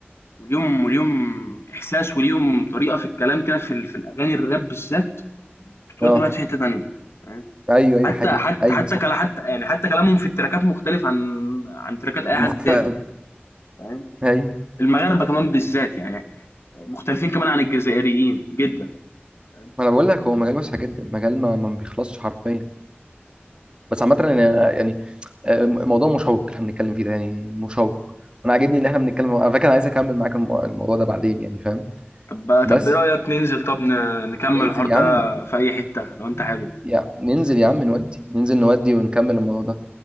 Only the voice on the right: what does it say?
اه
ايوه ايوه
حقيقي
ايوه
صح
مختلف
ايوه
ما انا بقول لك هو مجال واسع جدا مجال ما, ما بيخلصش حرفيا بس عامه أنا يعني آه، موضوع مشوق اللي احنا بنتكلم فيه ده يعني مشوق وانا عاجبني ان احنا بنتكلم على فكره انا عايز اكمل معاك المو- الموضوع ده بعدين يعني فاهم
بس
ننزل
يا عم
يا ننزل يا عم نودي ننزل نودي ونكمل الموضوع ده